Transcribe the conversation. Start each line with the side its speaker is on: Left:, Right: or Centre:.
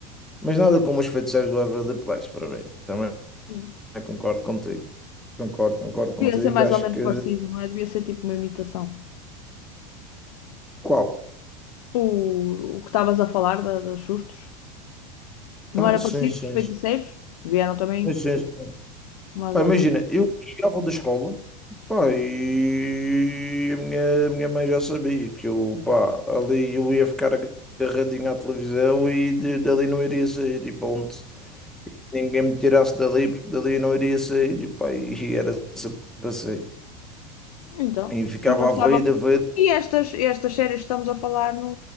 Centre: Mas nada como os feiticeiros do Waverly Place para mim. Também
Left: Sim.
Centre: Eu concordo contigo. Concordo, concordo contigo.
Left: Devia ser mais
Centre: Acho
Left: ou menos
Centre: que.
Left: parecido, não é? Devia ser tipo uma imitação.
Centre: Qual?
Left: O, o que estavas a falar da, dos sustos. Não
Centre: Ah,
Left: era
Centre: sim,
Left: parecido
Centre: sim,
Left: com os feiticeiros?
Centre: sim.
Left: Vieram também
Centre: Sim, sim, sim.
Left: mais
Centre: Pá,
Left: ou
Centre: imagina,
Left: menos.
Centre: eu chegava da escola, pá, e a minha, a minha mãe já sabia que eu, pá, ali eu ia ficar agarradinho à televisão e de- dali não iria sair. E pronto, ninguém me tirasse dali, porque dali eu não iria sair. E, pá, e era sempre assim.
Left: Então,
Centre: E ficava
Left: e nós
Centre: a
Left: estávamos.
Centre: ver, a ver.
Left: E estas, estas séries que estamos a falar não,